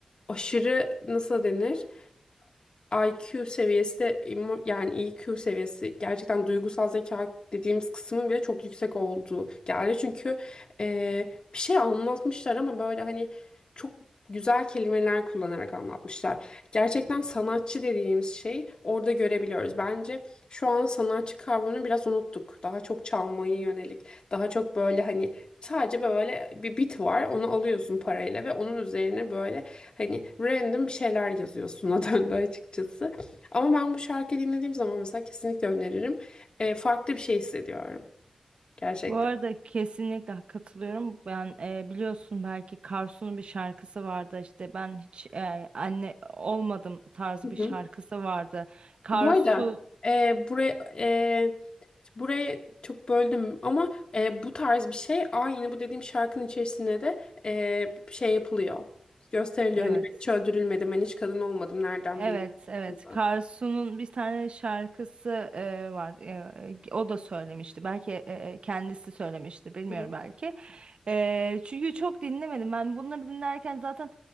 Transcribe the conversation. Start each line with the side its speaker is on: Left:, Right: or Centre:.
Left: aşırı nasıl denir? IQ seviyesi de emo- yani EQ seviyesi gerçekten duygusal zeka dediğimiz kısmın bile çok yüksek olduğu geldi. Çünkü e, bir şey anlatmışlar ama böyle hani çok güzel kelimeler kullanarak anlatmışlar. Gerçekten sanatçı dediğimiz şey orada görebiliyoruz. Bence şu an sanatçı kavramını biraz unuttuk. Daha çok çalmaya yönelik, daha çok böyle hani Sadece böyle bir bit var. Onu alıyorsun parayla ve onun üzerine böyle hani random bir şeyler yazıyorsun <laughs> o döndü açıkçası. Ama ben bu şarkıyı dinlediğim zaman mesela kesinlikle öneririm. Ee, farklı bir şey hissediyorum gerçekten.
Right: Bu arada kesinlikle katılıyorum. Ben e, biliyorsun belki Karsu'nun bir şarkısı vardı işte ben hiç e, anne olmadım tarzı
Left: Hı
Right: bir
Left: hı.
Right: şarkısı vardı. Karsu
Left: Bu arada e, buraya e, burayı çok böldüm ama e, bu tarz bir şey aynı bu dediğim şarkının içerisinde de e, şey yapılıyor. Gösteriliyor
Right: evet.
Left: hani ben hiç öldürülmedim, ben hiç kadın olmadım nereden
Right: Evet,
Left: bileyim.
Right: evet.
Left: Hı
Right: Karsu'nun bir tane şarkısı e, var. E, o da söylemişti. Belki e, kendisi söylemiştir, bilmiyorum
Left: hı.
Right: belki. E, çünkü çok dinlemedim. Ben bunları dinlerken zaten